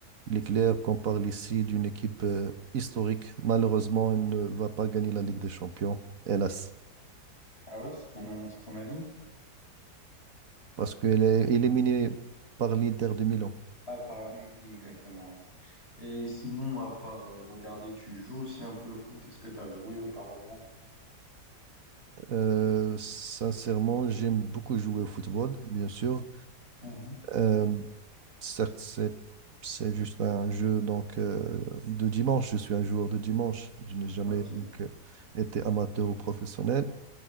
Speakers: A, on the right (about 55°); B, on the left (about 35°).
A: Il est clair qu'on parle ici d'une équipe euh, historique. Malheureusement, elle ne va pas gagner la Ligue des Champions, hélas,
B: Ah ouais, c'est ton, c'est ton avis?
A: parce qu'elle est éliminée par l'Inter de Milan.
B: Ah, par... oui, exactement. ouais. Et sinon, à part euh, regarder, tu joues aussi un peu au foot. Est-ce que tu as joué auparavant?
A: Euh, sincèrement, j'aime beaucoup jouer au football, bien sûr.
B: mhm.
A: Euh, certes, c'est c'est juste un jeu donc euh, de dimanche. Je suis un joueur de dimanche. Je n'ai jamais
B: Ok.
A: donc euh, été amateur ou professionnel.